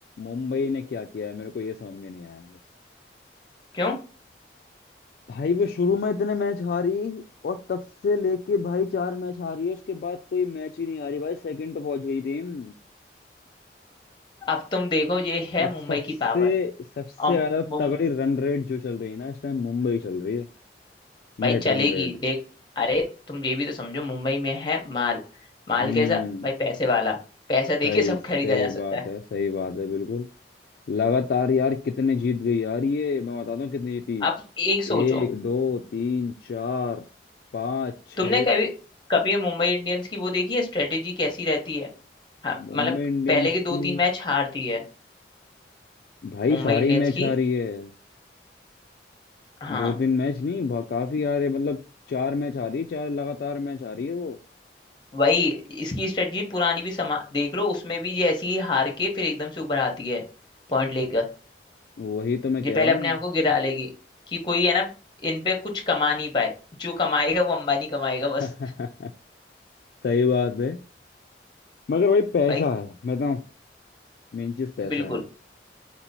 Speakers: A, on the left; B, on the left.
A: मुंबई ने क्या किया है मेरे को ये समझ में नहीं आया बस
B: क्यों
A: भाई वो शुरू में इतने मैच हारी और तब से लेके भाई चार मैच हारी है उसके बाद कोई मैच ही नहीं हारी भाई सेकंड पे पहुंच गई टीम
B: अब तुम देखो ये है
A: और सबसे
B: मुंबई की पावर
A: सबसे
B: और
A: ज्यादा
B: मुं-
A: तगड़ी रन रेट जो चल रही है ना इस टाइम मुंबई चल रही है
B: भाई
A: Net
B: चलेगी
A: run rate
B: देख अरे तुम ये भी तो समझो मुंबई में है माल माल
A: हम्म
B: कैसा भाई पैसे वाला पैसा
A: सही
B: देके सब
A: सही
B: खरीदा जा सकता
A: बात
B: है
A: है सही बात है बिल्कुल लगातार यार कितने जीत गई यार ये मैं बताता हूँ कितनी जीती
B: अब एक सोचो
A: एक दो तीन चार पाँच छ
B: तुमने कभी कभी मुंबई इंडियंस की वो देखी है स्ट्रेटेजी कैसी रहती है हाँ
A: मुंबई
B: मतलब
A: इंडियंस
B: पहले के दो
A: की
B: तीन मैच हारती है
A: भाई
B: मुंबई
A: सारी
B: इंडियंस
A: मैच
B: की
A: आ रही है
B: हाँ
A: दो तीन मैच नहीं बा- काफी आ रहे मतलब चार मैच आ रही है चार लगातार मैच आ रही है वो
B: वही इसकी स्ट्रेटजी पुरानी भी समा देख लो उसमें भी ये ऐसी ही हार के फिर एकदम से ऊपर आती है पॉइंट लेकर
A: वही तो मैं कह
B: ये पहले
A: रहा हूँ
B: अपने आप को गिरा लेगी कि कोई है ना इन पे कुछ कमा नहीं पाए जो कमाएगा वो अंबानी कमाएगा
A: <laughs>
B: बस
A: सही बात है मगर भाई पैसा
B: भाई
A: है मैं बताऊँ मेन चीज पैसा
B: बिल्कुल
A: है